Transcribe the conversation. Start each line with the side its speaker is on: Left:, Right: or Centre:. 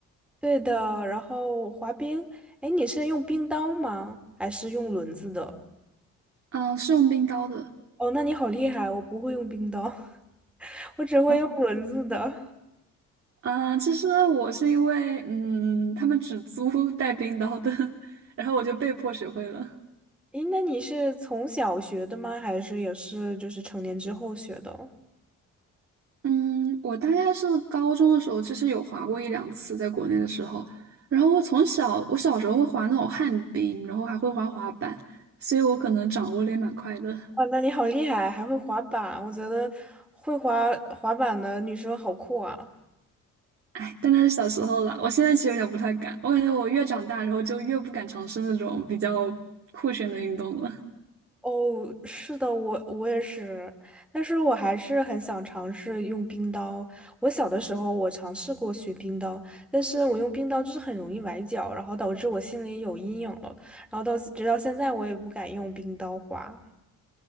Centre: 对的，然后滑冰，哎，你是用冰刀吗？还是用轮子的？
Right: 嗯，是用冰刀的。
Centre: 哦，那你好厉害，我不会用冰刀，<laughs> 我只会用轮子的。
Right: 哦啊，其实我是因为嗯他们只租带冰刀的，<laughs> 然后我就被迫学会了。
Centre: 诶，那你是从小学的吗？还是也是就是成年之后学的？
Right: 嗯，我大概是高中的时候，其实有滑过一两次，在国内的时候。然后我从小，我小时候会滑那种旱冰，然后还会滑滑板，所以我可能掌握的也蛮快的。
Centre: 哇，那你好厉害，还会滑板，我觉得会滑滑板的女生好酷啊！
Right: 哎，但那是小时候了，我现在其实有点不太敢。我感觉我越长大，然后就越不敢尝试那种比较酷炫的运动了。
Centre: 哦，是的，我我也是，但是我还是很想尝试用冰刀。我小的时候我尝试过学冰刀，但是我用冰刀就是很容易崴脚，然后导致我心里有阴影了，然后到直到现在我也不敢用冰刀滑。